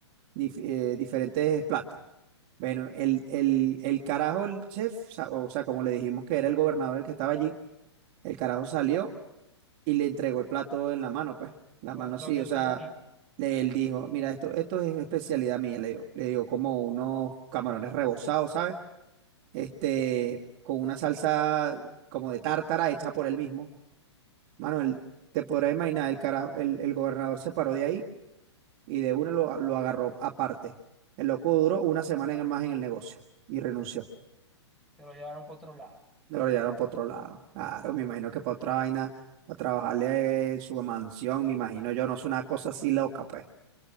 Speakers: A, on the right; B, in the centre.
A: dif- eh, diferentes platos. Bueno, el, el, el carajo, el chef, sa- o sea, como le dijimos que era el gobernador el que estaba allí, el carajo salió y le entregó el plato en la mano, pues, la
B: Lo,
A: mano
B: lo
A: así,
B: atendió
A: o sea,
B: él mismo.
A: le- él dijo, mira, esto, esto es especialidad mía, le dio, le dio como unos camarones rebozados, ¿sabes? este, con una salsa como de tártara hecha por él mismo. Manuel, te podrás imaginar, el, cara, el, el gobernador se paró de ahí y de una lo, lo agarró aparte. El loco duró una semana en- más en el negocio y renunció.
B: Se lo llevaron por otro lado.
A: Lo llevaron para otro lado. Claro, me imagino que para otra vaina, a trabajarle en su mansión, me imagino yo, no es una cosa así loca, pues.